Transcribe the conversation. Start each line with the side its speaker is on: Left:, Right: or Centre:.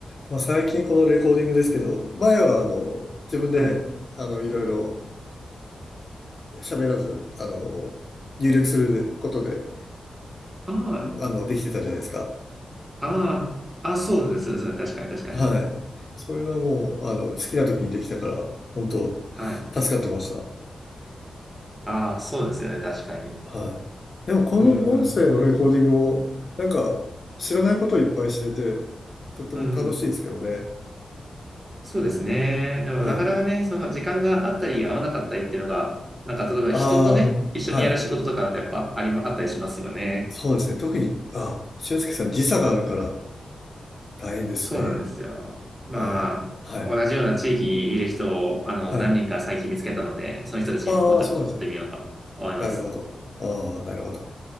Left: まあ最近このレコーディングですけど、前はあの、自分で、
Right: はい。
Left: あの、いろいろ喋らず、あの、入力することで、
Right: あ
Left: あの、できてたじゃないですか。
Right: あ、ああ、あ、そうですね、そうですね。確かに、確かに。
Left: はい。それはもう、あの、好きな時にできたから、本当
Right: はい。
Left: 助かってました。
Right: ああ、そうですよね、確かに。
Left: はい。でも、この音声のレコーディングも、
Right: うんうん。
Left: なんか、知らないことをいっぱい知れて、とても楽しいですけどね。
Right: うんうん。そうですね。でもなかなかね、
Left: はい。
Right: その時間があったり合わなかったりっていうのが、なんか例えば人とね、
Left: あ
Right: 一緒にやる仕事とかだとやっぱありま、
Left: あ、はい。
Right: あったりしますよね。
Left: そうですね。特に、あ、俊介さん時差があるから大変ですね。
Right: そうなんですよ。まあ、
Left: ああ、
Right: 同じような地域にいる人を、
Left: はい。
Right: あの、
Left: はい。
Right: 何人か最近見つけたので、その人たちにもコンタクト取ってみようと思います。
Left: ああ、そうなんですね。なるほど。ああ、なるほど。